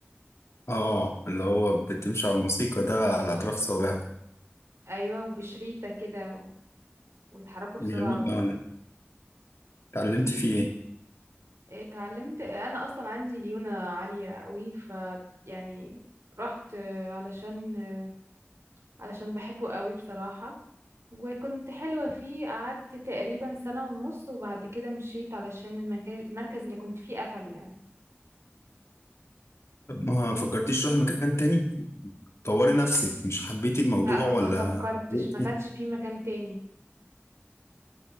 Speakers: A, on the left; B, on the right.
A: اه اللي هو بتمشي على الموسيقى ده على اطراف صوابعك
B: ايوه وبشريطة كده و... ويتحركوا
A: جميل
B: بسرعة
A: اه أنا اتعلمتي فيه ايه
B: اتعلمت انا اصلا عندي ليونة عالية قوي ف يعني رحت آه، علشان آه، علشان بحبه قوي بصراحة وكنت حلوة فيه قعدت تقريبا سنة ونص وبعد كده مشيت علشان المكان المركز اللي كنت فيه قفل يعني
A: طب ما فكرتيش تروحي مكان تاني طوري نفسك مش حبيتي الموضوع
B: لا
A: ولا
B: ما فكرتش
A: زهقتي؟
B: ما كانش فيه مكان تاني